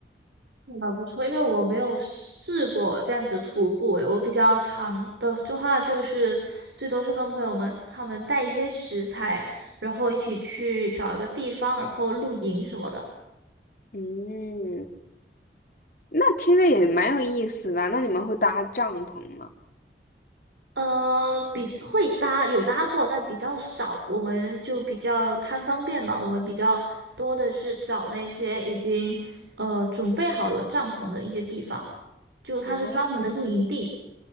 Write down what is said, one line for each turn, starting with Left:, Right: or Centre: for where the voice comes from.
Right: 蛮不错，因为我没有试过这样子徒步，诶，我比较长的的话就是最多是跟朋友们他们带一些食材，然后一起去找一个地方，然后露营什么的。
Left: 嗯，那听着也蛮有意思的。那你们会搭帐篷吗？
Right: 呃，比会搭有搭过，但比较少。我们就比较贪方便嘛，我们比较多的是找那些已经呃准备好了帐篷的一些地方，就它是专门的露营地。
Left: 哦